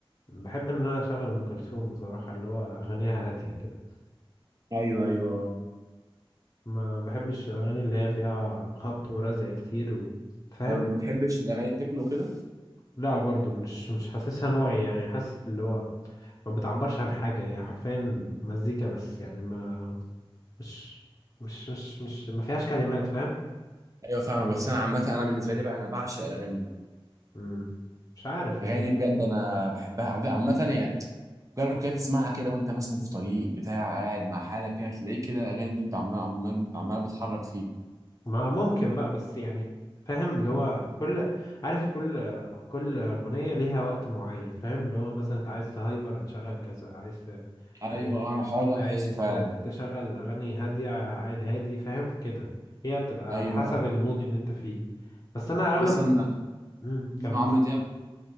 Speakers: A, on the left; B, on the right.
A: بحب ان انا اشغل ام كلثوم بصراحه اللي هو اغانيها هاديه كده
B: ايوه ايوه
A: ما بحبش اغاني اللي هي فيها خبط ورزع كتير و... فاهم
B: طب ما بتحبش الاغاني التكنو كده
A: لا برضو مش مش حاسسها نوعي يعني حاسس اللي هو ما بتعبرش عن حاجة هي حرفيا مزيكا بس يعني ما مش مش مش مش ما فيهاش كلمات فاهم
B: ايوه فاهم بس انا عامه انا بالنسبه لي بقى انا بعشق الاغاني
A: مم. مش عارف يعني
B: الاغاني دي بجد انا بحبها عب- عامه يعني جرب كده تسمعها كده وانت مثلا في طريق بتاع قاعد مع حالك كده تلاقيك كده الاغاني دي عمال عمال عماله بتحرك فيك
A: ما ممكن بقى بس يعني فاهم اللي هو كل عارف كل كل أغنية ليها وقت معين فاهم اللي هو مثلا انت عايز تهايبر هتشغل كذا عايز ت-
B: ايوه
A: عايز
B: انا الحوار ده
A: عايز
B: بحسه فعلا
A: ت- تشغل أغاني هادية عايد هادي فاهم كده هي بتبقى على
B: ايوه
A: حسب المود اللي انت فيه بس انا اغلب
B: اصلا
A: مم.
B: بنسمع
A: كمل
B: عمرو دياب